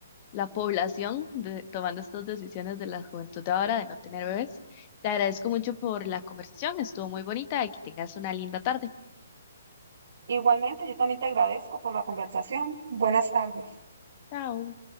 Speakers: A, on the left; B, on the right.
A: la población de- tomando estas decisiones de la juventud de ahora de no tener bebés. Te agradezco mucho por la conversación, estuvo muy bonita y que tengas una linda tarde.
B: Igualmente, yo también te agradezco por la conversación. Buenas tardes.
A: Chao.